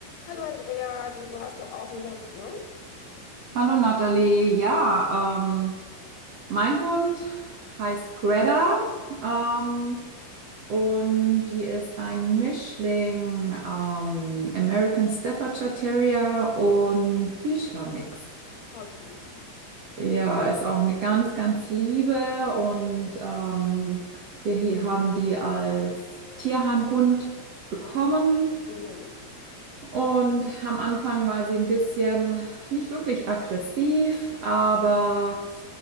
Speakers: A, on the left (about 70°); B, on the right (about 75°).
A: Hallo Andrea, du, du hast doch auch einen Hund, ne?
B: Hallo Nathalie, ja, ähm, mein Hund heißt Greta ähm, und die ist ein Mischling ähm, American Staffordshire Terrier und Vizsla Mix.
A: Ah, süß.
B: Ja, ist auch eine ganz, ganz liebe und ähm, wir hier haben die als Tierheimhund bekommen
A: Mhm.
B: und am Anfang war sie ein bisschen nicht wirklich aggressiv, aber